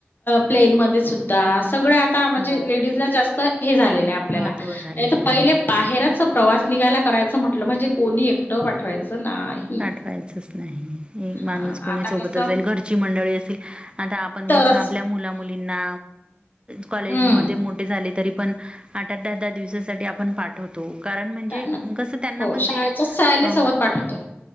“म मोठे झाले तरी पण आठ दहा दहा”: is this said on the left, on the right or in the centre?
Right